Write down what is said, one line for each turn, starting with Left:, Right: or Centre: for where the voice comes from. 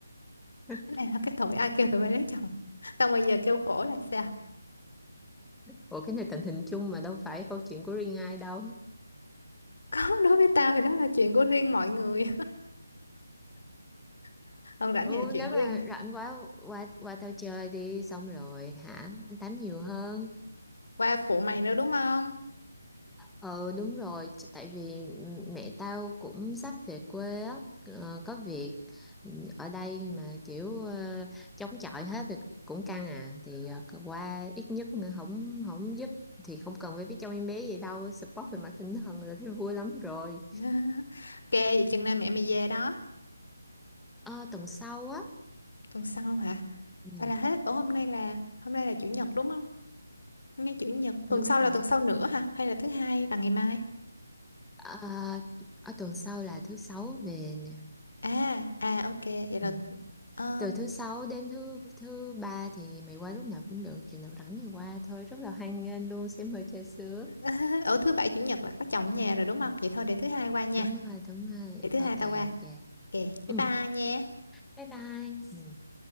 Centre: <laughs>
Left: cái này là cái tội ai kêu tụi bay lấy chồng xong bây giờ kêu khổ là sao
Centre: ủa cái này tình hình chung mà đâu phải câu chuyện của riêng ai đâu
Left: <laughs> có đối với tao thì đó là chuyện của riêng mọi người <laughs> hơn
Centre: Ừ,
Left: rảnh thì là chuyện
Centre: nếu
Left: của
Centre: mà
Left: riêng tao
Centre: rảnh quá qua qua tao chơi đi xong rồi hả anh tám nhiều hơn
Left: qua phụ mày nữa đúng không
Centre: ờ đúng rồi ch- tại vì ừ, mẹ tao cũng sắp về quê á ờ, có việc ừ, ở đây mà kiểu ờ, chống chọi hết thì cũng căng à thì ờ, cứ qua ít nhất nữa không không giúp thì không cần phải biết trong em bé gì đâu support
Left: Ừ.
Centre: về mặt tinh thần là thấy vui lắm rồi
Left: <laughs> ok vậy chừng nào mẹ mày về đó
Centre: ờ, tuần sau á
Left: tuần sau hả
Centre: ừ,
Left: hay là hết ủa hôm nay là hôm nay là chủ nhật đúng không hôm nay chủ nhật
Centre: đúng
Left: tuần sau
Centre: rồi
Left: là tuần sau nữa hả hay là thứ hai và ngày mai
Centre: Ờ, ở tuần sau là thứ sáu về nè
Left: à à ok vậy là
Centre: Ừ.
Left: ờ
Centre: Từ thứ sáu đến thứ thứ ba thì mày qua lúc nào cũng được, chừng nào rảnh thì qua thôi, rất là hoan nghênh luôn, sẽ mời trà sữa.
Left: <laughs> ở thứ bảy chủ nhật là có chồng ở nhà rồi đúng không vậy thôi để thứ hai qua nha
Centre: Đúng rồi, đúng rồi.
Left: để thứ hai
Centre: Ok,
Left: tao qua
Centre: ok.
Left: ok bye
Centre: Ừ.
Left: bye nha
Centre: Bye bye. Ừ.